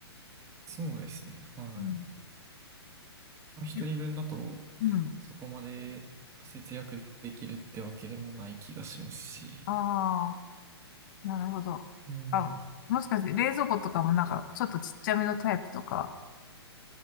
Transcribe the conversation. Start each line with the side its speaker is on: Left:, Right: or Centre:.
Right: そうですね。はい。
Left: うん。
Right: まあ、一人分だと、
Left: えうん。
Right: そこまで節約できるってわけでもない気がしますし。
Left: ああ、なるほど。
Right: うん
Left: あ、もしかして冷蔵庫とかもなんかちょっとちっちゃめのタイプとか。